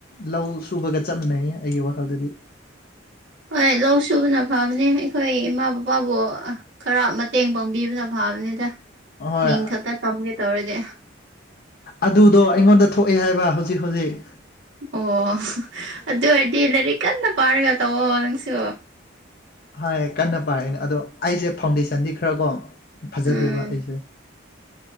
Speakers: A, on the left; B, on the right.
A: ꯂꯧ ꯁꯨꯕꯒ ꯆꯞꯃꯤꯟꯅꯩꯌꯦ ꯑꯩꯒꯤ ꯋꯥꯈꯜꯗꯗꯤ
B: <inaudible> ꯍꯣꯏ ꯂꯧ ꯁꯨꯕꯅ ꯐꯕꯅꯦ ꯑꯩꯈꯣꯏ ꯏꯃꯥ ꯕꯕꯥꯕꯨ ꯈꯔ ꯃꯇꯦꯡ ꯄꯥꯡꯕꯤꯕꯅ ꯐꯕꯅꯦ ꯐꯕꯅꯦꯗ
A: ꯍꯣꯏ
B: ꯃꯤꯡ ꯈꯛꯇ ꯇꯝꯒꯦ ꯇꯧꯔꯗꯤ
A: ꯑꯗꯨꯗꯣ ꯑꯩꯉꯣꯟꯗ ꯊꯣꯛꯑꯦ ꯍꯥꯏꯕ ꯍꯧꯖꯤꯛ ꯍꯧꯖꯤꯛ
B: ꯑꯣ ꯑꯗꯨ ꯑꯣꯏꯔꯗꯤ ꯂꯥꯏꯔꯤꯛ ꯀꯟꯅ ꯄꯥꯔꯒ ꯇꯧꯋꯣ ꯅꯪꯁꯨ
A: ꯍꯥꯏ ꯀꯟꯅ ꯄꯥꯏꯔꯅꯦ ꯑꯗꯣ ꯑꯩꯁꯦ ꯐꯥꯎꯟꯗꯦꯁꯟꯗꯤ ꯈꯔ ꯀꯣ ꯐꯖꯗꯦꯕ
B: ꯎꯝ
A: ꯑꯩꯁꯦ
B: <inaudible>